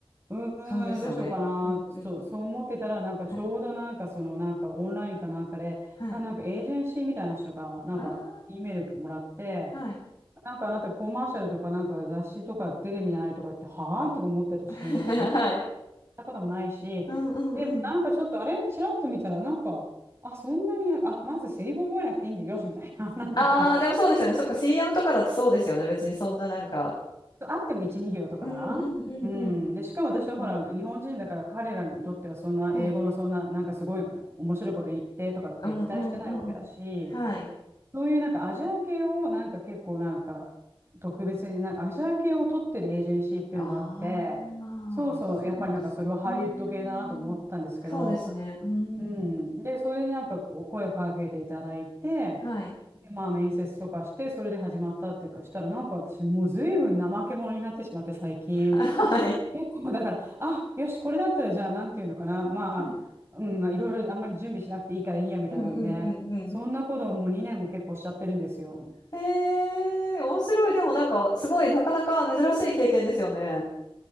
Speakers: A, on the right; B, on the left.
A: うーん、
B: そうですよね。
A: どうしようかな、
B: うんうん。
A: ちょっとそう思ってたら、なんかちょうどなんかそのなんかオンラインかなんかで、
B: はい。はい。
A: あ、なんかエージェンシーみたいな人が、なんか
B: ああ、
A: E メールもらって、
B: はい。
A: なんかあなたコマーシャルとかなんか雑誌とか出てみないとか言って、はぁとか思ってたし、
B: <laughs> はい。
A: やったことやったこともないし、
B: うんうんうん。
A: でもなんかちょっとあれ、ちらっと見たらなんか、あ、そんなに、あ、まずセリフ覚えなくていいんだよ、よし、みたいな、<laughs> なんか
B: ああ、でもそうですよね。そっか、CM とかだとそうですよね。別にそんななんか。
A: あっても1、2行とか。
B: うんうんうんうん。
A: うん。で、しかも私はほら、
B: そっか。
A: 日本人だから彼らにとってはそんな英語のそんな、
B: はい。
A: なんかすごい面白いこと言ってとかって期待してないわけだし、
B: うんうんうん。はい。
A: そういうなんかアジア系をなんか結構なんか特別にな、アジア系を取ってるエージェンシーっていうのがあって、
B: ああ、
A: そうそう、
B: そうなんですね。
A: やっぱりなんかそれはハリウッド系だなと思ったんですけど、
B: うーん。そうですね。うーん。
A: うん。で、それになんかこう声をかけていただいて、
B: はい。
A: でまあ面接とかして、それで始まったっていうか、したらなんか私もう随分怠け者になってしまって最近。
B: <laughs> はい。
A: 結構だから、あ、よし、これだったらじゃあなんていうのかな。まあ、
B: はい。
A: うん、まあいろいろあんまり準備しなくていいからいいやみたいなので、
B: うんうんうんうん。
A: そんなことをもう2年も結構しちゃってるんですよ。
B: へえ、面白い。でもなんか、すごい、なかなか珍しい経験ですよね。